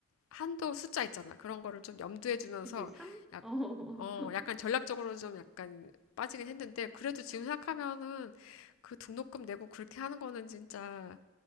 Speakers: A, on the left; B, in the centre.
A: 한도 숫자 있잖아. 그런 거를 좀 염두에 두면서
B: 그지? 삼
A: 약,
B: 어.
A: 어, 약간 전략적으로 좀 약간 빠지긴 했는데 그래도 지금 생각하면은 그 등록금 내고 그렇게 하는 거는 진짜